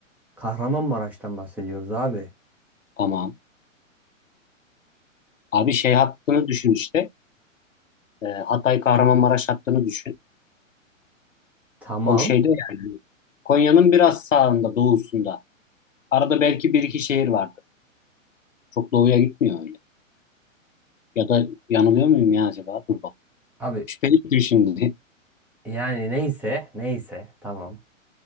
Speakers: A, in the centre; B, on the left.
A: Kahramanmaraş'tan bahsediyoruz abi.
B: Tamam. Abi şey hattını düşün işte. E, Hatay Kahramanmaraş hattını düşün.
A: Tamam.
B: O şeyde yani. Konya'nın biraz sağında, doğusunda. Arada belki bir iki şehir vardır. Çok doğuya gitmiyor öyle. Ya da yanılıyor muyum ya acaba? Dur bak.
A: Abi
B: şüpheli ettim şimdi.
A: Yani neyse, neyse tamam.